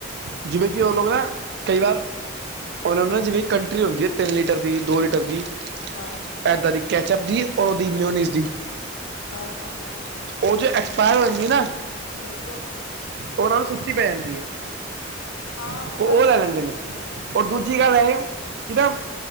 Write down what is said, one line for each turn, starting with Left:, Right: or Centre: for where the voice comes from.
Right: ਜਿਵੇਂ ਕਿ ਉਹ ਲੋਕ ਨਾ, ਕਈ ਵਾਰ, ਉਹ ਨਾ ਜਿਵੇਂ ਕਿ ਕੰ ਟ੍ਰੀ ਹੁੰਦੀ ਏ, ਤਿੰਨ ਲੀਟਰ ਦੀ, ਦੋ ਲੀਟਰ ਦੀ।
Left: ਹਾਂ
Right: ਐਦਾਂ ਦੀ ਕੈਚਅਪ ਦੀ, ਔਰ ਉਹਦੀ ਮਿਊਨਿਜ ਦੀ।
Left: ਹਾਂ ਹਾਂ ਹਾਂ
Right: ਉਹ ਜੋ, ਐਕਸਪਾਇਰ ਹੋ ਜਾਂਦੀ ਦੀ ਨਾ
Left: ਬਿਲਕੁਲ।
Right: ਉਹਨਾਂ ਨੂੰ ਸੁਸਤੀ ਪੈ ਜਾਂਦੀ ਏ।
Left: ਹਾਂ
Right: ਉਹ
Left: ਤਾਂਹੀਓ
Right: ਉਹ ਲੈ
Left: ਹੀ
Right: ਲੈਂਦੇ
Left: ਚੁੱਕ
Right: ਨੇ,
Left: ਜਾਂਦੇ ਫਿਰ
Right: ਔਰ ਦੂਜੀ
Left: ਬਿਲਕੁਲ ਸਹੀ
Right: ਗੱਲ ਐ
Left: ਹੈ
Right: ਕਿ ਨਾ